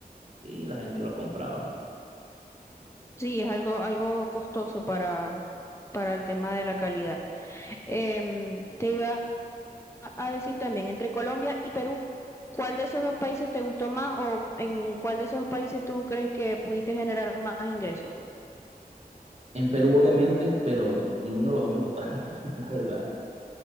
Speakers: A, on the right; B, on the left.
A: y la gente los compraba.
B: Sí, es algo, algo costoso para, para el tema de la calidad. Em, te iba a decir también, entre Colombia y Perú, ¿cuál de esos dos países te gustó más o en cuál de esos dos países tú crees que pudiste generar más ingresos?
A: En Perú, obviamente, pero ninguno de los dos me gustaron, <laughs> la verdad.